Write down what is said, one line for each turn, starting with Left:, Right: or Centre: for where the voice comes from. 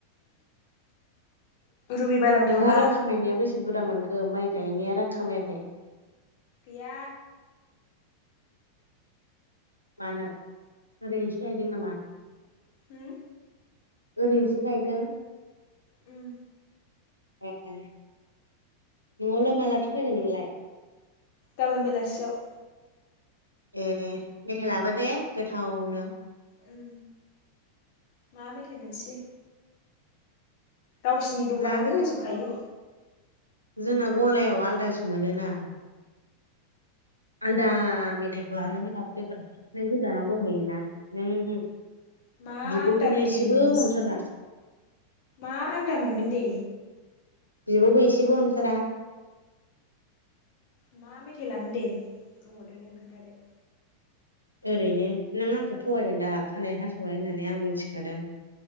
Left: <inaudible> रबिबाराव थांबा
Right: नोंहा रां खामायनाया बेसे बुरजा मोनखो माइ गायनाया रांखामायाखै
Left: गैया
Right: मानो ओरैनसो गायदों नामा?
Left: हुम
Right: ओरैनोसो गायदों
Left: उम
Right: ए ए न'आवलाय मालाथो फैगोन नोंलाय?
Left: गाबोन बेलासियाव
Right: ए ए मेथाय लाबो दे गोथावनो
Left: उम मा मेथाय मोननोसै गावसिनि दखानावनो
Right: लाबोदो
Left: दंजोबखायो
Right: जोंना गलायाव आलदासो मोनोना आलादा मेथायखौ लाङनानै लाबोदोब्रा नों गोजानाव दंहैयोना नों
Left: मा
Right: बिब'खौनो
Left: आलदा मेथाइ
Right: एसेबो
Left: मोनगोनसै
Right: अनथारा।
Left: मा आलदा मोनगोन दे
Right: बिब'खौ एसेबो अनथारा
Left: मा मेथाइ लांनो दे बुंहरदो नों खोन्थादो
Right: ओरैनो नों आंखौ थगायदों दा खानाय हास'बबाय होननानै आं मोनथिखादों।